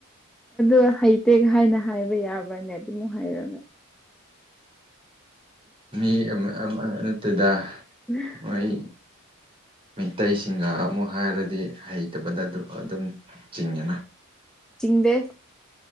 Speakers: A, in the centre; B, on the right.
A: ꯑ ꯍꯩꯇꯦꯛ ꯍꯥꯏꯅ ꯍꯥꯏꯕ ꯌꯥꯕ꯭ꯔꯅꯦ ꯑꯗꯨꯝꯨꯛ ꯍꯥꯏꯔꯅ
B: ꯃꯤ ꯑꯃ ꯑꯃ ꯅꯠꯇꯗ
A: ꯎꯝ
B: ꯃꯣꯏ ꯃꯤꯇꯩꯩꯁꯤꯡꯒ ꯑꯃꯨꯛ ꯍꯥꯏꯔꯗꯤ ꯍꯩꯇꯕꯗ ꯑꯗꯨꯝ ꯆꯤꯡꯅ
A: ꯆꯤꯡꯗꯦ